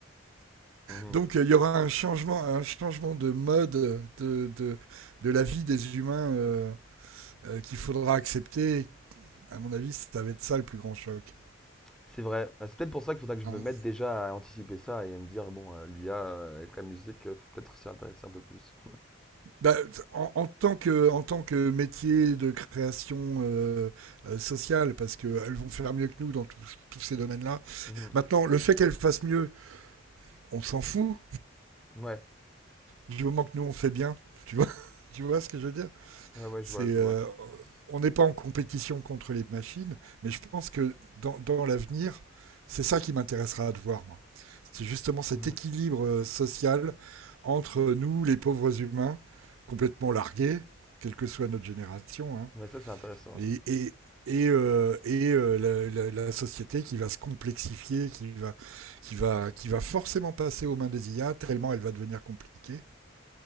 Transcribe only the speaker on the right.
donc il y aura un changement, un changement de mode de, de, de la vie des humains euh, euh, qu'il faudra accepter. À mon avis, ça va être ça le plus grand choc.
En,
bah, en, en, tant que, en tant que métier de création euh, euh, sociale, parce qu'elles vont faire mieux que nous dans tout- tous ces domaines-là.
Maintenant, le fait qu'elles fassent mieux, on s'en fout
du moment que nous on fait bien. Tu vois, <laughs> tu vois ce que je veux dire
C'est
euh,
on n'est pas en compétition contre les machines, mais je pense que dans, dans l'avenir, c'est ça qui m'intéressera de voir moi. C'est justement cet
équilibre euh, social entre nous, les pauvres humains, complètement largués, quelle que soit notre génération, hein,
et,
et, et, euh, et euh, la, la- la société qui va se complexifier, qui va, qui va, qui va forcément passer aux mains des IA, tellement elle va devenir compliquée.